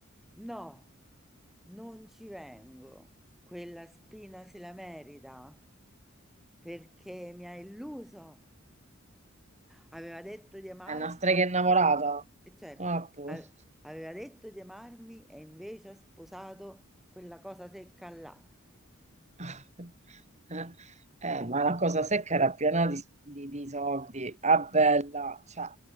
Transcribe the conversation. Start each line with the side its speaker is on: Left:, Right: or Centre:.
Centre: No, non ci vengo. Quella spina se la merita perché mi ha illuso. Aveva detto di amarmi,
Right: È una strega innamorata.
Centre: e certo,
Right: Ah, a posto.
Centre: a- aveva detto di amarmi e invece ha sposato quella cosa secca là.
Right: <laughs> Eh, eh, ma la cosa secca era piena di, di- di soldi. Ah, bella, cioè,